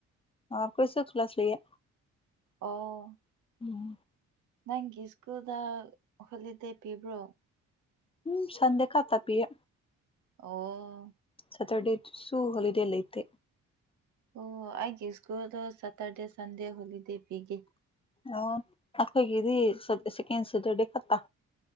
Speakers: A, on the left; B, on the right.
A: ꯑ ꯀꯣꯏꯁꯤꯁꯛ ꯄꯂꯁ ꯁꯨꯏꯌꯦ
B: ꯑꯣ
A: ꯎꯝ
B: ꯅꯪꯒꯤ ꯁ꯭ꯀꯨꯜꯗ ꯍꯣꯂꯤꯗꯦ ꯄꯤꯕ꯭ꯔꯣ
A: ꯎꯝ ꯁꯟꯗꯦ ꯈꯥꯇ ꯄꯤꯌꯦ
B: ꯑꯣ
A: ꯁꯇꯔꯗꯦꯗꯨꯁꯨ ꯍꯣꯂꯤꯗꯦ ꯂꯩꯇꯦ
B: ꯑꯣ ꯑꯩꯒꯤ ꯁ꯭ꯀꯨꯜꯗꯨ ꯁꯇꯔꯗꯦ ꯁꯟꯗꯦ ꯍꯣꯂꯤꯗꯦ ꯄꯤꯒꯦ
A: ꯑ ꯑꯩꯈꯣꯏꯒꯤꯗꯤ ꯁꯠ ꯁꯦꯀꯦꯟ ꯁꯥꯇꯔꯗꯦ ꯈꯛꯇ